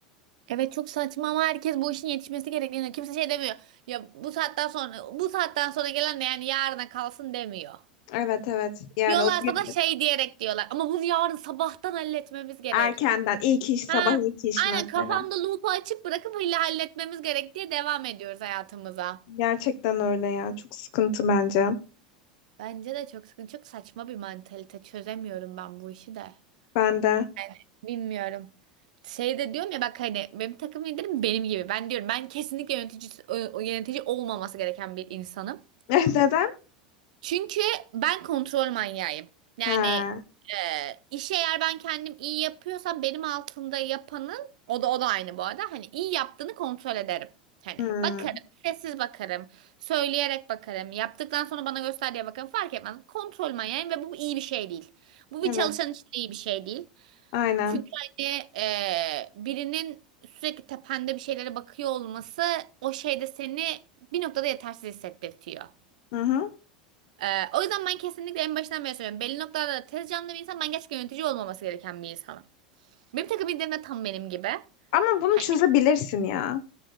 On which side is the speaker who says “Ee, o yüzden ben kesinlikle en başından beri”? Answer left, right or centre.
Right